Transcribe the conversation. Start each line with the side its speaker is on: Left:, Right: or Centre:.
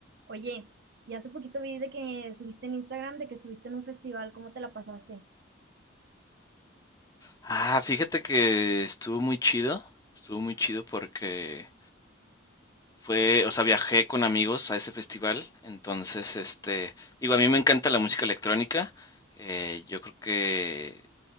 Right: Oye, y hace poquito vi de que subiste en Instagram de que estuviste en un festival, ¿cómo te la pasaste?
Left: Ah, fíjate que estuvo muy chido, estuvo muy chido porque fue, o sea, viajé con amigos a ese festival, entonces, este, digo, a mí me encanta la música electrónica, eh, yo creo que